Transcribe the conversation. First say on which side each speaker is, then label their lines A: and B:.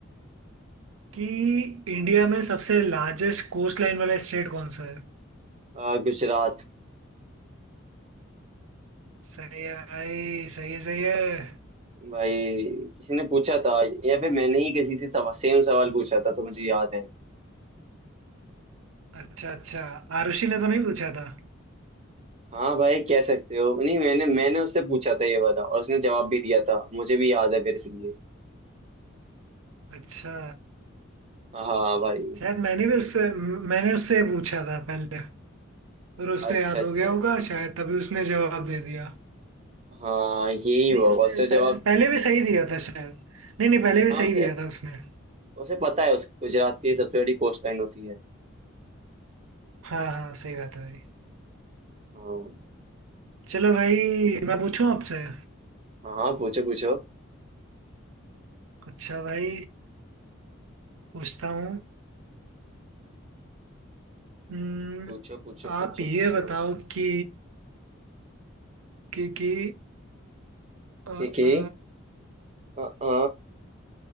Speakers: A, on the right; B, on the right.
A: कि इंडिया में सबसे लार्जेस्ट कोस्ट लाइन वाला स्टेट कौन सा है
B: आ, गुजरात
A: सही है भाई सही है सही है
B: भाई किसी ने पूछा था या फिर मैंने ही किसी से सवा, सेम सवाल पूछा था तो मुझे याद है
A: अच्छा अच्छा आरुषि ने तो नहीं पूछा था
B: हाँ भाई कह सकते हो नहीं मैंने मैंने उससे पूछा था ये वाला और उसने जवाब भी दिया था मुझे भी याद है फिर इसलिए
A: अच्छा
B: हाँ भाई
A: शायद मैंने भी उससे मैंने उससे पूछा था पहले फिर उसको
B: अच्छा
A: याद
B: अच्छा
A: हो गया होगा शायद तभी उसने जवाब दे दिया
B: हाँ यही हुआ
A: नहीं उसने
B: उसने जवाब
A: पह, पहले भी सही दिया था शायद नहीं नहीं पहले भी
B: हाँ उसे
A: सही दिया था उसने
B: उसे पता है उस गुजरात की सबसे बड़ी कोस्ट लाइन होती है
A: हाँ हाँ सही बात है भाई
B: हाँ
A: चलो भाई मैं पूछूं आपसे
B: हाँ हाँ, पूछो पूछो
A: अच्छा भाई पूछता हूँ हम्म,
B: पूछो पूछो
A: आप
B: पूछो
A: ये
B: पूछो
A: बताओ कि कि कि अ,
B: ठीक है
A: अ,
B: अ, अ,